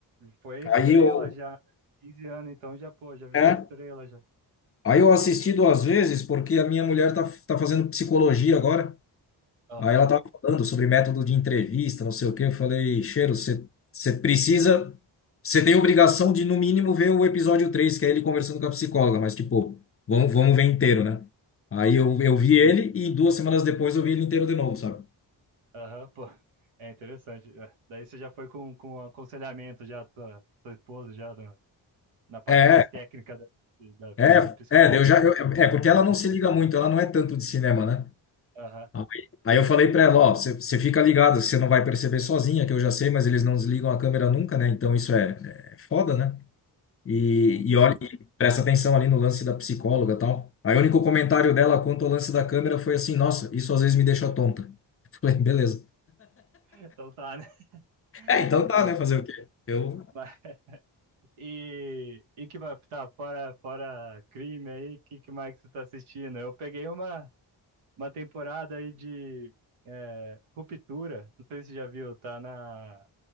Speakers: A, on the right (about 85°); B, on the left (about 30°).
A: foi estrela
B: Aí eu.
A: já, né? 15 anos, então já, pô, já virou
B: é,
A: estrela já.
B: Aí eu assisti duas vezes porque a minha mulher tá, tá fazendo psicologia agora.
A: Aham,
B: Aí ela tava falando sobre método de entrevista, não sei o quê. Eu falei, Cheiro, você você precisa. Você tem obrigação de, no mínimo, ver o episódio 3, que é ele conversando com a psicóloga, mas, tipo, vamos, vamos ver inteiro, né? Aí
A: sim.
B: eu, eu vi ele e duas semanas depois eu vi ele inteiro de novo, sabe?
A: Aham, pô. É interessante. É. Daí você já foi com, com um aconselhamento já da sua, sua esposa, já da- na parte
B: É,
A: mais técnica da, da-
B: é,
A: do psicólogo.
B: é, eu já, eu- é, porque
A: Mas,
B: ela não se liga muito, ela não é tanto de cinema, né?
A: Aham,
B: Aí aí eu falei pra ela, ó, você você fica ligado, você não vai perceber sozinha, que eu já sei, mas eles não desligam a câmera nunca, né? Então isso é, é foda, né? E,
A: sim, sim.
B: e olha, e presta atenção ali no lance da psicóloga e tal. Aí o único comentário dela quanto ao lance da câmera foi assim, nossa, isso às vezes me deixa tonta. <laughs> Falei, beleza.
A: Então tá, né? <laughs>
B: É, então tá,
A: Pô.
B: né? Fazer o quê? Eu
A: mas- E, e que vai, tá, fora, fora crime aí, que, que mais que você tá assistindo? Eu peguei uma, uma temporada aí de é, Ruptura, não sei se você já viu, tá na,